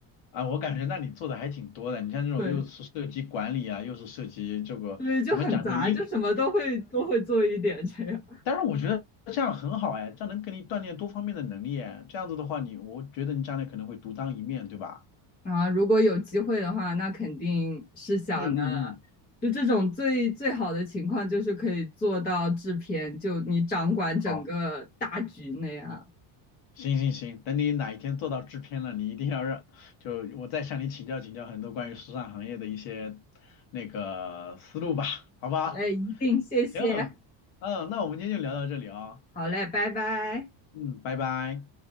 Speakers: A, on the left; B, on the left.
A: 啊，我感觉那你做的还挺多的，你像这种又是涉及管理啊，
B: 对
A: 又是涉及这个怎么讲，
B: 对，就很杂，
A: 就是衣服。
B: 就什么都会都会做一点这样
A: 但是我觉得这样很好哎，这样能给你锻炼多方面的能力哎。这样子的话你，我觉得你将来可能会独当一面，对吧？
B: 啊。如果有机会的话，那肯定是想的。
A: 嗯嗯嗯，
B: 就这种最最好的情况，就是可以做到制片，就你掌管整个大局那样。
A: 好，行行行，等你哪一天做到制片了，你一定要让，就我再向你请教请教很多关于时尚行业的一些那个思路吧，好不好？
B: 好嘞，一定，谢谢。
A: 行，嗯，那我们今天就聊到这里啊、
B: 好嘞，拜拜。
A: 嗯，拜拜。